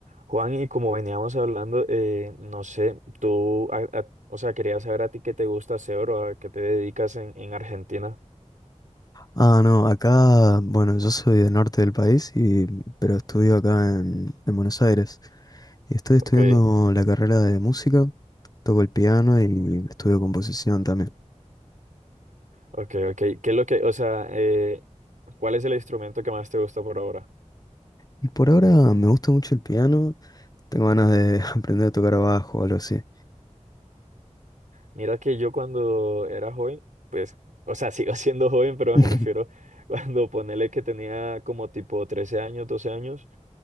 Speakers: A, on the right; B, on the left.
A: Juan, y como veníamos hablando, eh, no sé, tú, a- a- o sea, quería saber a ti qué te gusta hacer o a qué te dedicas en, en Argentina.
B: Ah, no, acá, bueno, yo soy del norte del país, y, pero estudio acá en, en Buenos Aires. Y estoy estudiando
A: Ok,
B: la carrera de música, toco el piano y estudio composición también.
A: ok, ok. ¿Qué es lo que, o sea, eh, cuál es el instrumento que más te gusta por ahora?
B: Y por ahora me gusta mucho el piano, tengo ganas de <laughs> aprender a tocar bajo o algo así.
A: Mira que yo cuando era joven, pues, o sea, <laughs> sigo siendo joven, pero
B: <laughs>
A: me refiero <laughs> cuando ponele que tenía como tipo 13 años, 12 años,